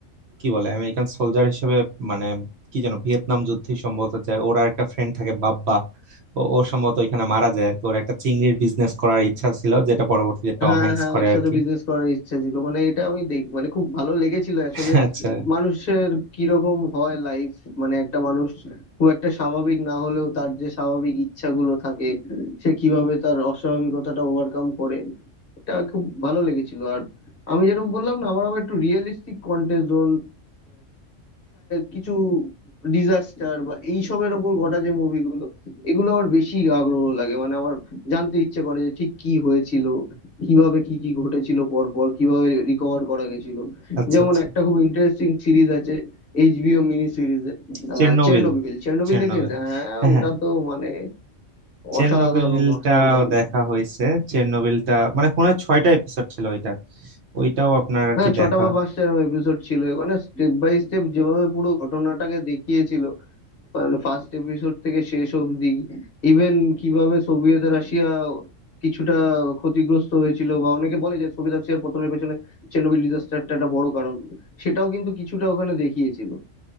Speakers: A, on the right (about 60°); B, on the left (about 50°).
A: কি বলে আমেরিকান সোলজার হিসেবে মানে কি যেন ভিয়েতনাম যুদ্ধে সম্ভবত যায় ওরা একটা ফ্রেন্ড থাকে বাব্বা ও ও সম্ভবত ওইখানে মারা যায় আর কি ওর একটা চিংড়ির বিজনেস করার ইচ্ছা ছিল যেটা পরবর্তীতে টম
B: হ্যাঁ
A: হ্যাঙ্কস
B: হ্যাঁ
A: করে
B: একসাথে
A: আর কি
B: বিজনেস করার ইচ্ছা ছিল মানে এটা আমি দেখ মানে খুব ভালো লেগেছিল আসলে
A: <laughs> আচ্ছা
B: মানুষের কিরকম হয় লাইফ মানে একটা মানুষ খুব একটা স্বাভাবিক না হলেও তার যে স্বাভাবিক ইচ্ছাগুলো থাকে সে কিভাবে তার অস্বাভাবিকতাটা ওভারকাম করে এটা খুব ভালো লেগেছিল আর আমি যেরকম বললাম না আমার আবার একটু রিয়েলিস্টিক কন্টেজন কিছু ডিজাস্টার বা এইসবের ওপর ঘটা যে মুভিগুলো এগুলো আমার বেশি আগ্রহ লাগে মানে আমার জানতে ইচ্ছে করে যে ঠিক কি হয়েছিল কিভাবে কি কি ঘটেছিল পর পর কিভাবে রিকভার করা গেছিল
A: আচ্ছা
B: যেমন
A: আচ্ছা
B: একটা খুব ইন্টারেস্টিং সিরিজ আছে এইচবিও মিনি সিরিজের
A: চেরনোবিল
B: চেরনোবিল চেরনোবিল
A: চেরনোবিল
B: দেখে হ্যাঁ
A: হ্যাঁ
B: ওটা
A: হ্যাঁ
B: তো মানে
A: চেরনোবিলটাও
B: অসাধারণ অসাধারণ
A: দেখা হয়েছে চেরনোবিলটা মানে কোন ছয়টা এপিসোড ছিল ওইটার ওইটাও আপনার আর
B: হ্যাঁ
A: কি
B: ছটা
A: দেখা
B: বা পাঁচটা এরকম এপিসোড ছিল ওখানে স্টেপ বাই স্টেপ যেভাবে পুরো ঘটনাটাকে দেখিয়েছিল মানে ফার্স্ট এপিসোড থেকে শেষ অবধি ইভেন কিভাবে সোভিয়েত রাশিয়া কিছুটা ক্ষতিগ্রস্ত হয়েছিল বা অনেকে বলে যে সোভিয়েত রাশিয়ার পতনের পেছনে চেরনোবিল ডিজাস্টারটা একটা বড় কারণ সেটাও কিন্তু কিছুটা ওখানে দেখিয়েছিল